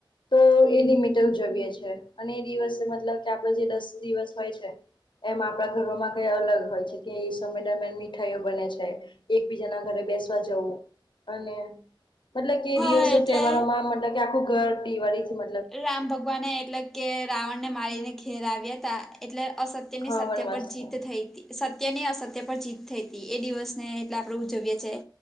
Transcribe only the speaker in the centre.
હમ
હા
એટલે
રામ ભગવાન એ એટલે કે રાવણ ને મારીને ઘેર આવ્યા હતા એટલે અસત્ય તેની
સત્ય
પર જીત થઈ તી સત્યની અસત્ય પર જીત થઈ હતી એ દિવસને એટલે આપણે ઉજવીએ છીએ